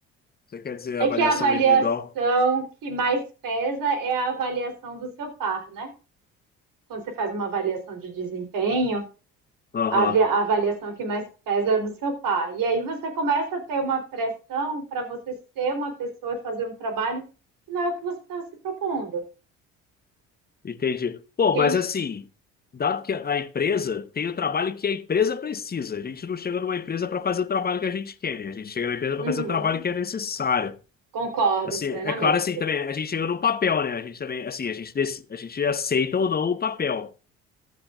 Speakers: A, on the left (about 25°); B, on the right (about 65°).
A: Você quer dizer
B: É
A: avaliação
B: que a avaliação
A: é individual?
B: que mais pesa é a avaliação do seu par, né? Quando você faz uma avaliação de desempenho,
A: Aham,
B: a av- a avaliação que mais pesa é do seu par. E aí você começa a ter uma pressão para você ser uma pessoa e fazer um trabalho que não é o que você estava se propondo,
A: entendi. Pô,
B: entende?
A: mas assim, dado que a empresa tem o trabalho que a empresa precisa, a gente não chega numa empresa para fazer o trabalho que a gente quer, né? A gente chega na empresa
B: Uhum.
A: para fazer o trabalho que é necessário.
B: Concordo
A: Assim,
B: plenamente.
A: é claro assim também, a gente chega num papel, né? A gente também, assim, a gente, dec- a gente aceita ou não o papel,